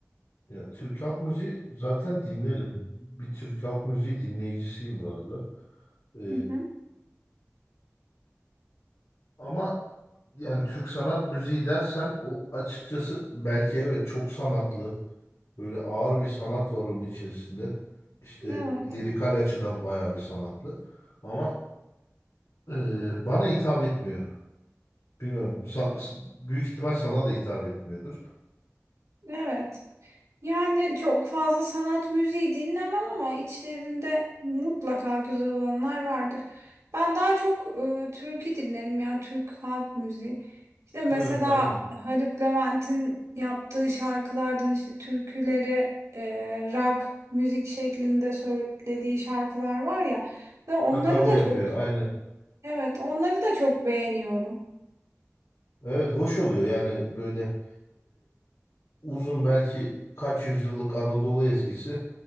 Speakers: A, on the left; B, on the right.
A: Ya Türk halk müziği zaten dinlerim. Bir Türk halk müziği dinleyicisiyim bu arada. E,
B: Hı hı.
A: Ama yani Türk sanat müziği dersen o açıkçası belki evet çok sanatlı. Böyle ağır bir sanat var onun içerisinde. İşte
B: Evet,
A: lirikal açıdan bayağı bir sanatlı. Ama e, bana hitap etmiyor. Bilmiyorum. San- büyük ihtimal sana da hitap etmiyordur.
B: evet. Yani çok fazla sanat müziği dinlemem ama içlerinde mutlaka güzel olanlar vardır. Ben daha çok e, türkü dinlerim ya Türk halk müziği. İşte mesela
A: Evet ben de.
B: Haluk Levent'in yaptığı şarkılardan işte türküleri e, rock müzik şeklinde söylediği şarkılar var ya ve onları
A: Ha cover
B: da
A: yapıyor
B: çok
A: aynı.
B: evet onları da çok beğeniyorum.
A: Evet hoş oluyor yani böyle uzun belki kaç yüzyıllık Anadolu ezgisi